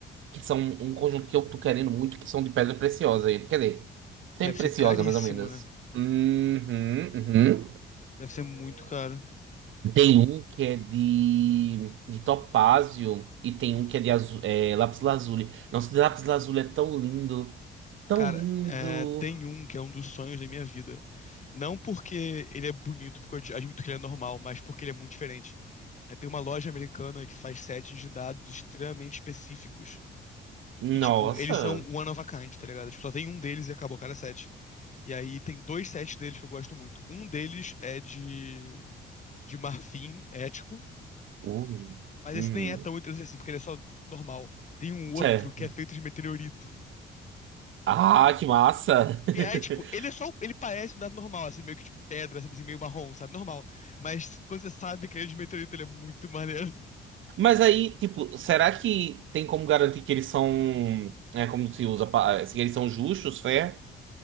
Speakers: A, on the right; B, on the left.
A: que são um conjunto que eu tô querendo muito, que são de pedra preciosa. Quer dizer, sempre
B: Deve
A: preciosa,
B: ser caríssimo,
A: mais ou menos.
B: né?
A: Uhum, uhum.
B: Deve ser muito caro.
A: Tem um que é de, de topázio e tem um que é de azu, é, lápis lazuli. Nossa, de lápis lazuli é tão lindo. Tão
B: Cara,
A: lindo.
B: é, tem um que é um dos sonhos da minha vida. Não porque ele é bonito, porque eu ad- admito que ele é normal, mas porque ele é muito diferente. É, tem uma loja americana que faz sets de dados extremamente específicos.
A: Nossa.
B: E, tipo, eles são one of a kind, tá ligado? Tipo, só tem um deles e acabou, cada set. E aí tem dois sets deles que eu gosto muito. Um deles é de, de marfim ético,
A: Uh.
B: mas
A: Uhum.
B: esse nem é tão interessante assim, porque ele é só normal. Tem um outro
A: Sé.
B: que é feito de meteorito.
A: Ah, que massa!
B: E aí, tipo,
A: <laughs>
B: ele é só. Ele parece um dado normal, assim, meio que de pedra, sabe, assim, meio marrom, sabe? Normal. Mas quando você sabe que ele é de meteorito, ele é muito maneiro. <laughs>
A: Mas aí, tipo, será que tem como garantir que eles são. É como se usa. pa- é, Se eles são justos, fé?